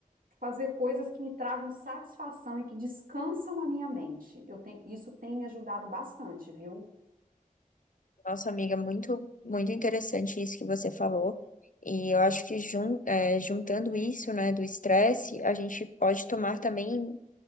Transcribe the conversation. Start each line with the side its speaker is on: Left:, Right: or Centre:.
Right: fazer coisas que me tragam satisfação e que descansam a minha mente. Eu tenho, isso tem me ajudado bastante, viu?
Left: Nossa, amiga, muito, muito interessante isso que você falou. E eu acho que jun, é, juntando isso, né, do estresse, a gente pode tomar também